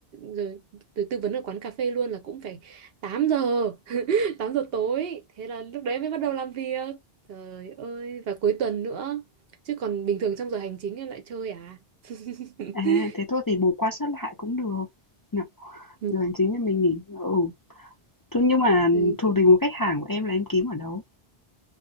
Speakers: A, on the right; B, on the left.
A: rồi, rồi tư vấn ở quán cà phê luôn là cũng phải 8 giờ 8 giờ tối thế là lúc đấy mới bắt đầu làm việc trời ơi và cuối tuần nữa chứ còn bình thường trong giờ hành chính em lại chơi à <laughs>
B: À, thế thôi thì bù qua sớt lại cũng được. Nhỉ?
A: Ừ.
B: Giờ hành chính thì mình nghỉ. Ừ. Thế nhưng mà
A: Ừ,
B: thuộc
A: thì
B: tình của khách hàng của em là em kiếm ở đâu?